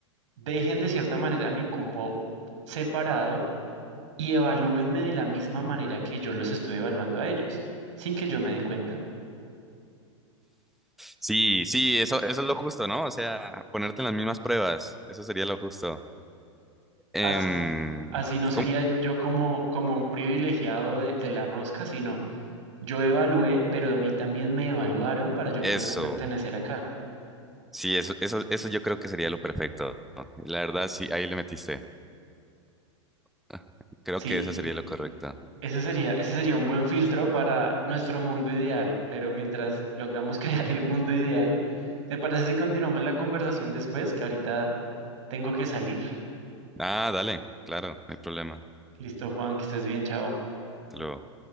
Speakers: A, on the right; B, in the centre.
A: dejen de cierta manera mi cupo separado y evalúenme de la misma manera que yo los estoy evaluando a ellos, sin que yo me dé cuenta.
B: Sí, sí, eso, eso es lo justo, ¿no? O sea, ponerte en las mismas pruebas, eso sería lo justo. Em,
A: As- Así, no sería
B: ¿cómo?
A: yo como, como un privilegiado de, de la rosca, sino yo evalué, pero a mí también me evaluaron para yo
B: Eso.
A: poder pertenecer acá.
B: Sí, eso, eso, eso yo creo que sería lo perfecto. ¿no? La verdad, sí, ahí le metiste. <laughs> Creo
A: Sí,
B: que eso sería lo correcto.
A: Ese sería, ese sería un buen filtro para nuestro mundo ideal, pero mientras logramos <laughs> crear el mundo ideal, ¿te parece si continuamos la conversación después? Que ahorita tengo que salir.
B: Ah, dale, claro, no hay problema.
A: Listo, Juan, que estés bien, chao.
B: Te lo